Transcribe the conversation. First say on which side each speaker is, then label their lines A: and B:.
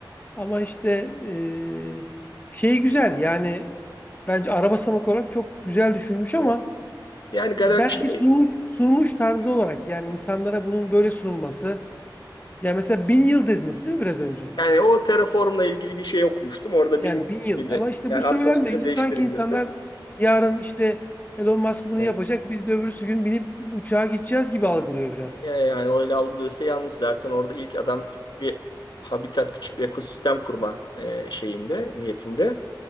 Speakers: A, on the left (about 20°); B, on the left (about 65°).
A: Ama işte eee şey güzel yani bence araba samak olarak çok güzel düşünmüş ama
B: Evet. Yani galaksi
A: e, belki sunuluş, sunuluş tarzı olarak yani insanlara bunun böyle sunulması. Yani mesela bin yıl dediniz değil mi biraz önce?
B: yani o terraformla ilgili bir şey okumuştum. Orada
A: Yani
B: bin
A: bin yıl
B: gibi
A: ama işte
B: yani
A: bu söylenmeyince
B: atmosferin değiştirilmesi.
A: sanki insanlar yarın işte Elon Musk bunu
B: Evet.
A: yapacak biz de öbürsü gün binip uçağa gideceğiz gibi algılıyor biraz.
B: Ya Yani öyle algılıyorsa yanlış. Zaten orada ilk adam küçük bir habitat, küçük bir ekosistem kurma e, şeyinde, niyetinde.